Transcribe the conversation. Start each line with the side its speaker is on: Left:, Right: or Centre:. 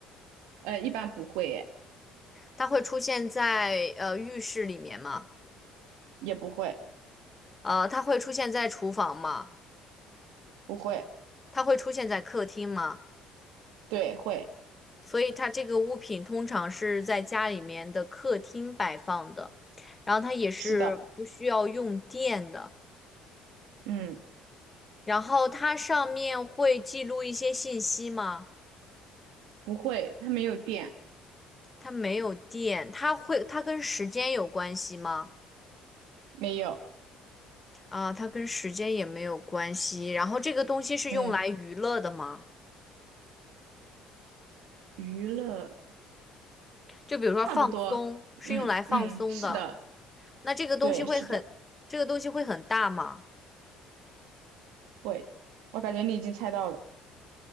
Right: 呃，一般不会耶，
Left: 它会出现在呃浴室里面吗？
Right: 也不会，
Left: 呃，它会出现在厨房吗？
Right: 不会，
Left: 它会出现在客厅吗？
Right: 对，会，
Left: 所以它这个物品通常是在家里面的客厅摆放的，然后它也是不需要用电的。
Right: 是的，嗯，
Left: 然后它上面会记录一些信息吗？
Right: 不会，它没有电，
Left: 它没有电，它会，它跟时间有关系吗？
Right: 没有，
Left: 啊，它跟时间也没有关系。然后这个东西是用来娱乐的吗？
Right: 嗯，娱乐
Left: 就比如说放松，
Right: 差不多，
Left: 是用来放松的。
Right: 嗯嗯，是的，
Left: 那这个东西会很，
Right: 对，是的，
Left: 这个东西会很大吗？
Right: 会，我感觉你已经猜到了，